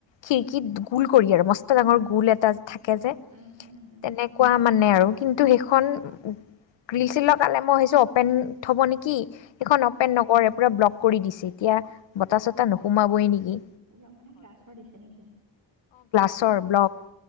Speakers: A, on the left; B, on the right.
A: খিৰিকীত
B: উম
A: <unintelligible> গোল কৰি আৰু <inaudible> <unintelligible> ডাঙৰ গোল এটা <inaudible> থাকে যে
B: উম, উম, উম, উম,
A: তেনেকুৱা মানে আৰু, কিন্তু সেইখন <unintelligible> গ্ৰিল চিল লগালে মই ভাবিছোঁ অপেন থ'ব নেকি। এইখন
B: উম,
A: অপেন নকৰে পোৰা ব্লক কৰি দিছে <unintelligible> বতাহ চতাহ নোসোমাবৈ নিকি!
B: <unintelligible> গ্লাছৰ দিছে নেকি
A: <unintelligible> ব্লক